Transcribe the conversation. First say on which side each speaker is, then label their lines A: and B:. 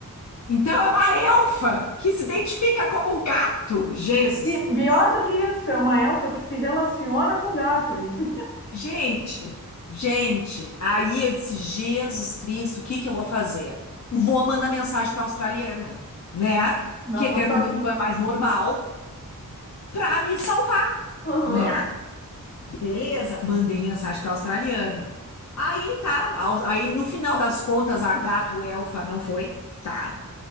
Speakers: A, on the left (about 55°); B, on the left (about 35°).
A: Então é uma elfa que se identifica como gato. Jesus
B: E
A: Cristo.
B: pior do que isso, é uma elfa que se relaciona com gatos. <laughs>
A: Gente, gente, aí eu disse, Jesus Cristo, o que que eu vou fazer? Vou mandar mensagem para a australiana, né?
B: Não
A: Que até
B: vou
A: no
B: sozinha.
A: momento foi a mais normal. pra me salvar,
B: Aham.
A: né? Beleza, mandei mensagem pra australiana. Aí tá, aos- aí no final das contas a gato elfa não foi, tá?